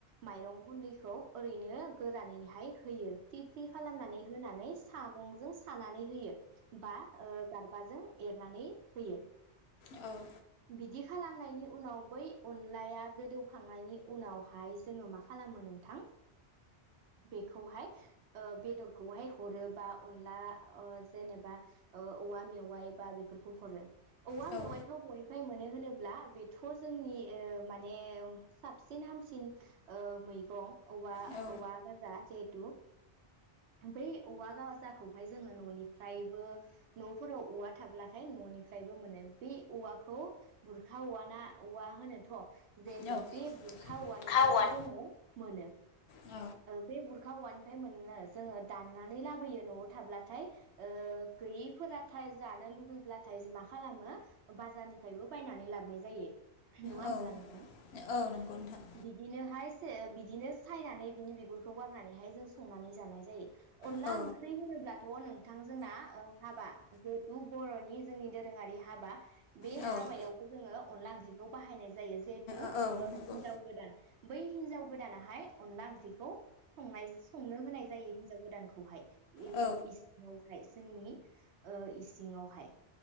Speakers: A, on the right (about 75°); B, on the left (about 70°).
A: माइरं गुन्दैखौ ओरैनो गोरानैहाय होयो। फ्रि फ्रि खालामनानै होनानै। सागंजों सानानै होयो। बा गारबाजों। एरनानै होयो
B: औ
A: बिदि खालामनायनि उनाव बै अनलाया गोदौखांनायनि उनावहाय जोङो मा खालामो नोंथां बेखौहाय बेदरखौहाय हरोबा अनला जेनेबा औवा मेवाय बा बेफोरखौ हरो। औवा
B: औ
A: मेवाय खौ बयबो ओमफ्राय मोनो होनोब्ला बेथ' जोंनि माने साबसिन हामसिन मैगं। औवा
B: औ
A: औवा बाजार जेहेथु बै औवागाजाखौ हाय जोङो न'निफ्रायबो न'फोराव औवा। थाब्लाथाय न'निफ्रायबो मोनो बे औवाखौ बुरखा औवा ना औवा होनोथ' जिहेतु
B: औ
A: बे बुरखा औवानिफ्रायसो
B: खावन
A: जोङो मोनो।
B: औ
A: बे बुर औवानिफ्राय मोनो जोङो दाननानै लाबोयो न'आव थाब्लाथाय ओ गैयैफोराथाय जानो लुुबैब्लाथाय मा खालामो बाजारनिफ्रायबो बायनानै लाबाय जायो। नङा
B: औ
A: ओमब्ला नोंथां?
B: औ नंगौ नोंथां
A: बिदिनोहाय थो बिदिनो सायनानै बिनि बिगुरखौ गारनानैहाय जों संनानै जानाय जायो। अला
B: औ
A: ओंख्रै बुङोब्ला थ' नोंथां जोंना ओ हाबा जेथु बर'नि जोंनि दोरोङारि हाबा बे
B: औ
A: हाबायावबो
B: नंगौ
A: जोङो अला ओंख्रिखौ बाहायनाय जायो। जेथु ओ
B: औ नंगौ औ नंगौ नोंथां औ नंगौ
A: हिन्जाव गोदान बै हिनजाव गोदानाहाय अनला ओंख्रिखौ संनाय-संनो होनाय जायो हिनजाव गोदानखौहाय। इन-इसिङावहाय।
B: औ
A: जोंनि ओ इसिङावहाय।